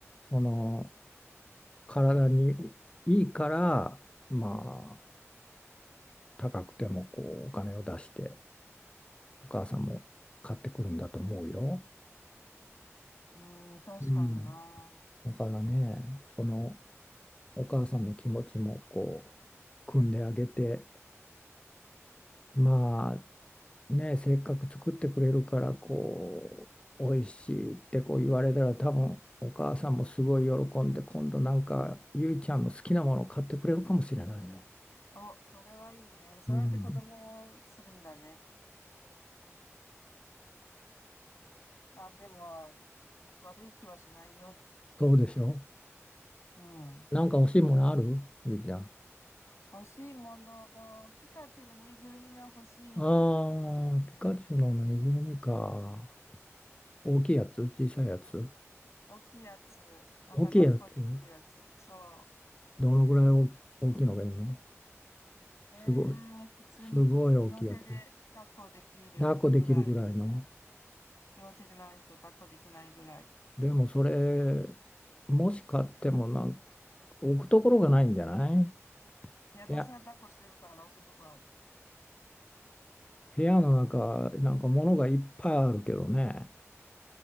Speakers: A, on the left; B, on the left.
A: その体にいいから、まあ、高くてもこうお金を出して、お母さんも買ってくるんだと思うよ。
B: ん。うん、確かにな。
A: うん、だからね、そのお母さんの気持ちもこう、汲んであげて。まあねせっかく作ってくれるからこう美味しいってこう言われたら多分お母さんもすごい喜んで今度なんかゆいちゃんの好きなものを買ってくれるかもしれないよ。
B: お、それはいいね。そうやって子供をするんだね。
A: うん、
B: まあでも、悪い気はしないよ。
A: そうでしょ
B: うん。
A: なんか欲しいものあるゆいちゃん。
B: 欲しいもの。ピカチュウのぬいぐるみが欲しい。
A: ああ、ピカチュウのぬいぐるみか。大きいやつ小さいやつ
B: 大きいやつ。なんか抱っこできるやつ。
A: 大きいやつ
B: そう。
A: どのぐらい大大きいのがいいの
B: ええ普通に両手で抱っこできるぐらい。
A: すごい。すごい大きいやつ。抱っこできるぐらいの。
B: 両手じゃないと抱っこできないぐらい。
A: でもそれ、もし買ってもなん置くところがないんじゃない
B: で、私が抱っこしてるから置くとこある。
A: 部屋、部屋の中、なんか物がいっぱいあるけどね。